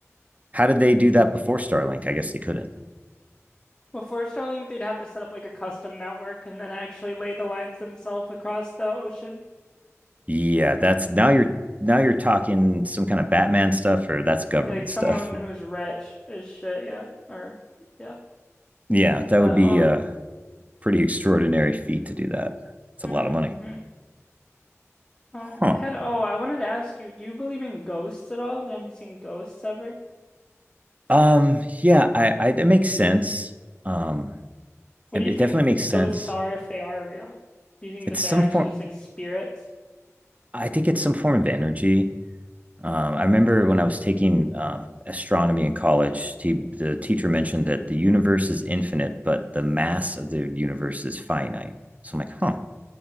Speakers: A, on the right; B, on the left.
A: how did they do that before starlink i guess they couldn't
B: Before Starlink, they'd have to set up like a custom network and then actually lay the lines themselves across the ocean.
A: yeah that's
B: Or,
A: now you're now you're talking some kind of batman stuff or that's government
B: Like someone
A: stuff
B: who's rich is shit, yeah. Or yeah.
A: <laughs> yeah that
B: But
A: would be
B: um
A: a pretty extraordinary feat to do that it's a
B: mhm,
A: lot of money
B: mhm. Um
A: huh
B: I had oh, I wanted to ask you, do you believe in ghosts at all? Have you seen ghosts ever?
A: um yeah i i it makes sense um
B: What
A: it,
B: do you
A: it
B: think
A: definitely makes sense
B: ghosts are if they are real? Do you think
A: it's
B: that
A: some
B: they're actually
A: form
B: just like spirits?
A: I think it's some form of energy. Um, I remember when I was taking uh, astronomy in college, he, the teacher mentioned that the universe is infinite, but the mass of the universe is finite. So I'm like, huh,